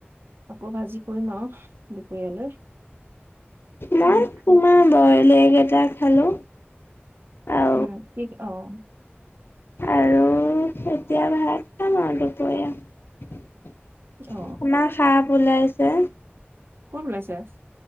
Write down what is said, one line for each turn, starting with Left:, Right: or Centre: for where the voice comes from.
Right: আকৌ ভাজি কৰিম আৰু দুপৰীয়ালৈ।
Left: মই
Right: উম
Left: তোমাৰ বইল এ'গ এটা খালো, অহ'।
Right: উম কি অ'
Left: আৰু এতিয়া ভাত খাম আৰু দুপৰীয়া।
Right: অ
Left: আমাৰ সাপ ওলাইছে।
Right: ক'ত ওলাইছে?